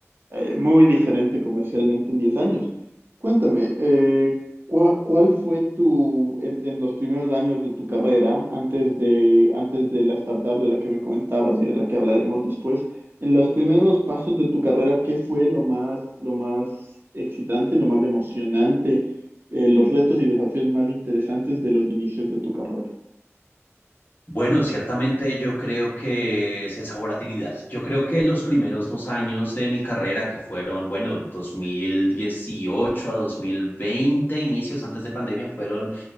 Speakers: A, on the right; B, on the left.
A: eh, muy diferente comercialmente en 10 años. Cuéntame, eh, ¿cuá- ¿cuál, fue tu, en, en los primeros años de tu carrera, antes de, antes de la startup de la que me comentabas y de la que hablaremos después, en los primeros pasos de tu carrera, ¿qué fue lo más, lo más excitante, lo más emocionante, eh, los retos y desafíos más interesantes de los inicios de tu carrera?
B: Bueno, ciertamente yo creo que es esa volatilidad. Yo creo que los primeros dos años de mi carrera, que fueron, bueno, 2018 a 2020, inicios antes de pandemia, fueron